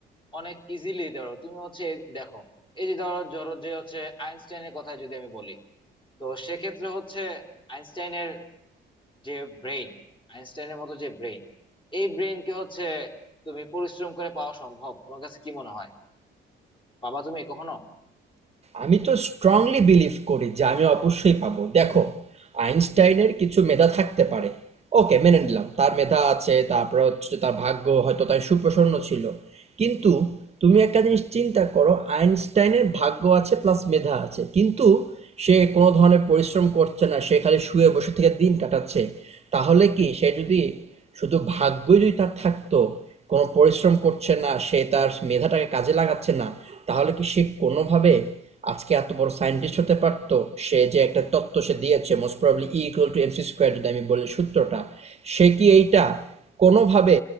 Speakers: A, on the left; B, on the right.
A: অনেক ইজিলি দিতে পারো তুমি হচ্ছে দেখো এই যে ধরো ধরো যে হচ্ছে আইনস্টাইনের কথা যদি আমি বলি তো সেক্ষেত্রে হচ্ছে আইনস্টাইনের যে ব্রেইন আইনস্টাইনের মতো যে ব্রেইন এই ব্রেইন কি হচ্ছে তুমি পরিশ্রম করে পাওয়া সম্ভব তোমার কাছে কি মনে হয় বাবা তুমি কখনো
B: আমি তো স্ট্রংলি বিলিভ করি যে আমি অবশ্যই পাবো দেখো আইনস্টাইনের কিছু মেধা থাকতে পারে ওকে মেনে নিলাম তার মেধা আছে তারপরে হচ্ছে তার ভাগ্য হয়তো তার সুপ্রসন্ন ছিল কিন্তু তুমি একটা জিনিস চিন্তা করো আইনস্টাইনের ভাগ্য আছে প্লাস মেধা আছে কিন্তু সে কোনো ধরনের পরিশ্রম করছে না সে খালি শুয়ে বসে থেকে দিন কাটাচ্ছে তাহলে কি সে যদি শুধু ভাগ্যই যদি তার থাকতো কোনো পরিশ্রম করছে না, সে তার মেধাটাকে কাজে লাগাচ্ছে না, তাহলে কি সে কোনোভাবে আজকে এত বড় সায়েন্টিস্ট হতে পারতো? সে যে একটা তত্ত্ব সে দিয়েছে most probably E equal to MC square যদি আমি বলি সূত্রটা সে কি এইটা কোনোভাবে